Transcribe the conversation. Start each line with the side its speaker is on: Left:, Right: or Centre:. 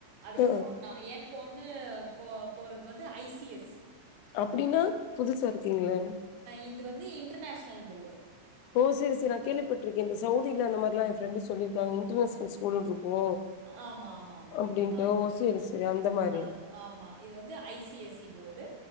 Right: அதுக்கப்பறோ
Left: ஆ
Right: நா ஏ பொன்னு போ போறது வந்து ஐ சி எஸ்
Left: அப்டின்னா புதுசா இருக்குங்களே
Right: இது வந்து இன்டர்நேஷ்னல் போர்டு
Left: ஓ செரி செரி நா கேள்விப்பட்டிருக்கே இந்த சவ்தில அந்த மாதிரிலா எ ஃப்ரெண்டு சொல்லிருக்காங்க இன்டர்நேஷனல் ஸ்கூல்ன்னு இருக்கு
Right: ஆமா ஆமா ஆமா
Left: அப்டின்ட்டு
Right: அது
Left: ஓ சேரி சேரி அந்த மாரி
Right: அது ஆமா இது வந்து I C S C board